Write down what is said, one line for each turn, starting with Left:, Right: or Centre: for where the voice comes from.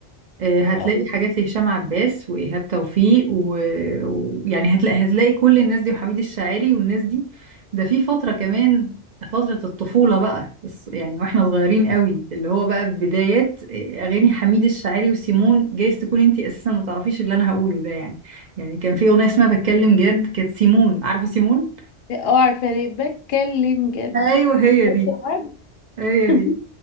Right: آه، هتلاقي
Left: اه
Right: حاجات لهشام عباس وإيهاب توفيق ويعني و... ويعني هتلاقي هتلاقي كل الناس دي وحميد الشاعري والناس دي ده في فترة كمان فترة الطفولة بقى بس يعني واحنا صغيرين قوي اللي هو بقى بدايات آه، أغاني حميد الشاعري وسيمون جايز تكون انتي أساسا ما تعرفيش اللي أنا هقوله ده يعني يعني كان في أغنية اسمها بتكلم جد كانت سيمون عارفة سيمون؟
Left: آه، عارفاها ليه بتكلم جد
Right: أيوه هي
Left: بتبص
Right: دي
Left: لحد
Right: هي
Left: <laughs>
Right: دي